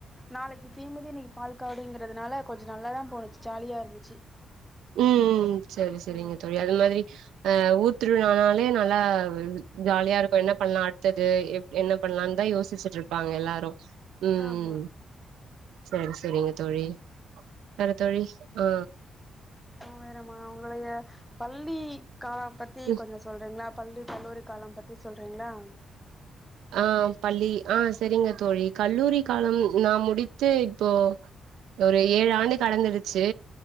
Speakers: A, in the centre; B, on the right.
A: நாளைக்கு தீமதி இன்னைக்கு பால காவடிங்கிறதுனால கொஞ்ச நல்லாதா போணுச்சு ஜாலியா இருந்துச்சு
B: உம் சேரி சேரிங்க
A: ம்
B: தோழி அது மாதிரி அ ஊர் திருவிலானாலே நல்லா ஜாலியா இருக்கு என்ன பண்ணலா அடுத்தது எப் என்ன பண்ணலான்னு தா யோசிச்சுட்டு இருப்பாங்க எல்லாரு உம்
A: ஆமா
B: சேரி சேரிங்க தோழி வேற தோழி ஆ
A: வேறமா உங்களுடைய பள்ளி கால பத்தி
B: ம்
A: கொஞ்ச சொல்றீங்களா பள்ளி கல்லூரி கால பத்தி சொல்றீங்களா
B: ஆ பள்ளி ஆ சேரிங்க தோழி கல்லூரி கால நா முடித்து இப்போ ஒரு ஏழு ஆண்டு கடந்துடுச்சு